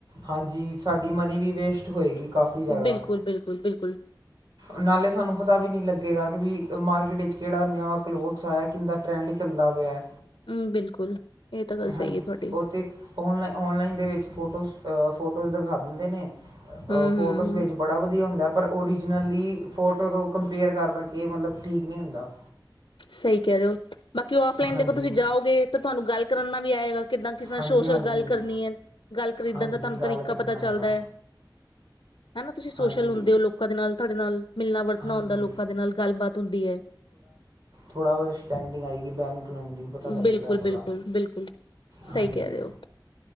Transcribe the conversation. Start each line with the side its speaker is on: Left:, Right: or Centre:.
Right: ਹਾਂਜੀ ਸਾਡੀ ਮਨੀ ਵੀ ਵੇਸਟ ਹੋਏਗੀ। ਕਾਫੀ ਜ਼ਿਆਦਾ
Left: ਬਿਲਕੁਲ-ਬਿਲਕੁਲ ਬਿਲ ਕੁਲ
Right: ਨਾਲੇ ਸਾਨੂੰ ਪਤਾ ਵੀ ਨੀ ਲੱਗੇਗਾ ਕਿ, ਵੀ ਮਾਰਕੀਟ ਵਿਚ ਕਿਹੜਾ ਨਵਾਂ ਕਲੋਥਸ ਆਇਆ, ਕਿੰਦਾ ਟਰੈਂਡ ਚੱਲਦਾ ਪਿਆ ਐ।
Left: ਹਮ ਬਿਲਕੁਲ। ਇਹ ਤਾਂ ਗੱਲ
Right: ਹਾਂਜੀ
Left: ਸਹੀ ਹੈ ਤੁਹਾਡੀ
Right: ਉਹ ਤੇ ਔਨਲਾਈ- ਔਨਲਾਈਨ ਦੇ ਵਿੱਚ ਫੋਟੋਸ ਫੋਟੋਜ਼ ਦਿਖਾ ਦਿੰਦੇ ਨੇ।
Left: ਹਮ
Right: ਫੋਟੋਜ਼
Left: ਹਮ
Right: ਵਿੱਚ ਬੜਾ ਵਧੀਆ ਹੁੰਦਾ ਪਰ, ਓਰੀਜਨਲੀ ਫੋਟੋ ਤੋਂ ਕੰਪੇਅਰ ਕਰਨਾ ਕਿ, ਮਤਲਬ ਠੀਕ ਨਹੀਂ ਹੁੰਦਾ।
Left: ਸਹੀ ਕਹਿ ਰਹੇ ਹੋ। ਬਾਕੀ ਔਫਲਾਈਨ
Right: ਹਾਂਜੀ
Left: ਦੇਖੋ ਤੁਸੀਂ ਜਾਓਗੇ ਤਾਂ, ਤੁਹਾਨੂੰ ਗੱਲ ਕਰਨਾ ਵੀ ਆਏਗਾ। ਕਿੱਦਾਂ ਕਿਸ ਨਾਲ
Right: ਹਾਂਜੀ
Left: ਸ਼ੋਸ਼ਲ
Right: ਹਾਂਜੀ
Left: ਗੱਲ ਕਰਨੀ ਐ। ਗੱਲ ਖਰੀਦਣ
Right: ਹਾਂਜੀ
Left: ਦਾ ਤਾਨੂੰ
Right: ਗੱਲ
Left: ਤਰੀਕਾ
Right: ਕਰਨਾ
Left: ਪਤਾ
Right: ਹੈਗਾ
Left: ਚੱਲਦਾ। ਹਨਾ, ਤੁਸੀਂ ਸੋਸ਼ਲ
Right: ਹਾਂਜੀ
Left: ਹੁੰਦੇ ਹੋ ਲੋਕਾਂ ਦੇ ਨਾਲ। ਤਾਡੇ ਨਾਲ ਮਿਲਣਾ ਵਰਤਨਾ
Right: ਹਾਂਜੀ
Left: ਹੁੰਦਾ, ਲੋਕਾਂ ਦੇ ਨਾਲ ਗੱਲਬਾਤ ਹੁੰਦੀ ਐ।
Right: ਥੋੜਾ ਬੋ ਸਟੈਂਡਿੰਗ ਆਏਗੀ ਬੈਨ-ਖਲੋਨ ਦੀ ਪਤਾ ਲੱਗੇਗਾ
Left: ਬਿਲਕੁਲ
Right: ਥੋੜਾ,
Left: ਬਿਲਕੁਲ ਬਿਲਕੁਲ
Right: ਹਾਂਜੀ।
Left: ਸਹੀ ਕਹਿ ਰਹੇ ਹੋ